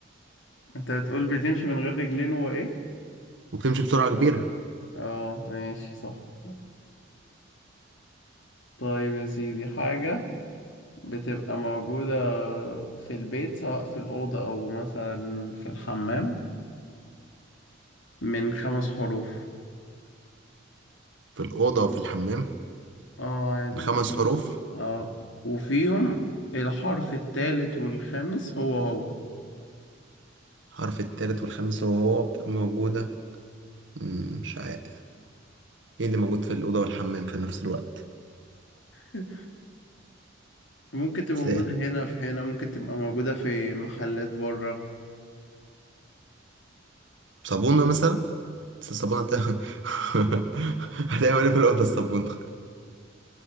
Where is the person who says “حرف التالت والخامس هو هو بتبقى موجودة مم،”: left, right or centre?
Right